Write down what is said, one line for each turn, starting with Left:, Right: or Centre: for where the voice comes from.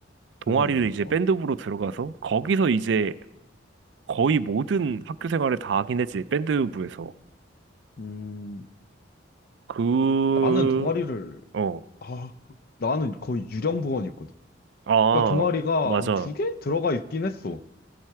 Right: 동아리를
Left: 그랬네.
Right: 이제
Left: 어,
Right: 밴드부로 들어가서 거기서 이제 거의 모든 학교 생활을 다 하긴 했지 밴드부에서
Left: 음,
Right: 그
Left: 나는 동아리를,
Right: 어
Left: 아, 나는 거의 유령 부원이었거든.
Right: 아
Left: 그러니까 동아리가
Right: 맞아
Left: 한 두 개 들어가 있긴 했어.